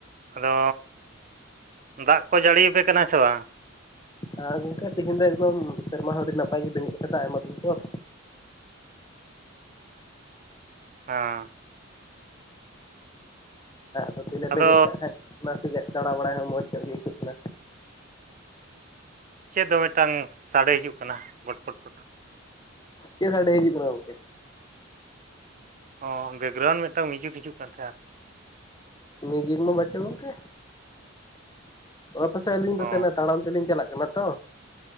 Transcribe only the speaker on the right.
ᱟᱫᱚ ᱫᱟᱜ ᱠᱚ ᱡᱟᱹᱲᱤᱭᱟᱯᱮ ᱠᱟᱱᱟ ᱥᱮ ᱵᱟᱝ
ᱦᱮᱸ
ᱟᱫᱚ
ᱪᱮᱫ ᱫᱚ ᱢᱤᱫᱴᱟᱝ ᱥᱟᱰᱮ ᱦᱤᱡᱩᱜ ᱠᱟᱱᱟ ᱵᱚᱴ ᱵᱚᱴ ᱯᱚᱴ?
ᱚ ᱵᱮᱠᱜᱨᱟᱣᱩᱱᱰ ᱢᱤᱫᱴᱟᱝ ᱢᱤᱭᱩᱡᱤᱠ ᱦᱤᱡᱩᱜ ᱠᱟᱱ ᱛᱟᱦᱮᱸᱫᱼᱟ
ᱚ